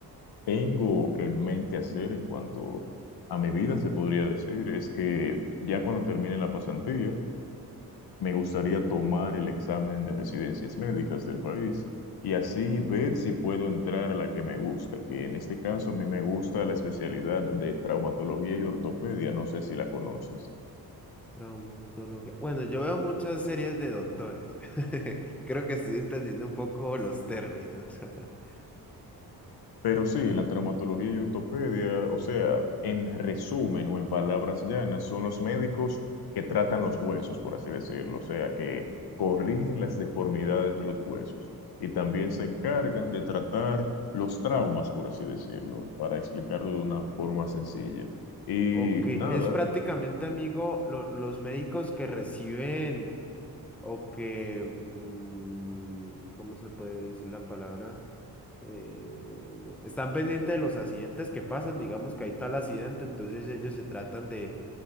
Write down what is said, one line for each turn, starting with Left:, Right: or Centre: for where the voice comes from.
Left: tengo en mente hacer en cuanto a mi vida, se podría decir, es que ya cuando termine la pasantía, me gustaría tomar el examen de residencias médicas del país y así
Centre: Ok.
Left: ver si puedo entrar a la que me gusta, que en este caso a mí me gusta la especialidad de traumatología y ortopedia, no sé si la conoces.
Centre: Traumatología. Bueno, yo veo muchas series de doctores. <laughs> Creo que estoy entendiendo un poco los términos. <laughs>
Left: Pero sí, la traumatología y ortopedia, o sea, en resumen o en palabras llanas, son los médicos que tratan los huesos, por así decirlo, o sea, que corrigen las deformidades de los huesos y también se encargan de tratar los traumas, por así decirlo, para explicarlo de una forma sencilla. Y
Centre: Ok,
Left: nada,
Centre: es prácticamente, amigo, lo- los médicos que reciben o que, mm, ¿cómo se puede decir la palabra? Eh, están pendientes de los accidentes que pasan, digamos que hay tal accidente, entonces ellos se tratan de